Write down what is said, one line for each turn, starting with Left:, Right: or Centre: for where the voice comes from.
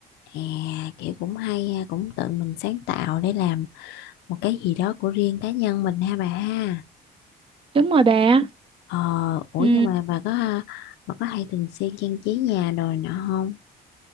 Left: thì à, kiểu cũng hay ha, cũng tự mình sáng tạo để làm một cái gì đó của riêng cá nhân mình ha bà ha
Right: Đúng rồi bà.
Left: ờ ủa
Right: Ừ,
Left: nhưng mà bà có à, bà có hay thường xuyên trang trí nhà rồi nọ không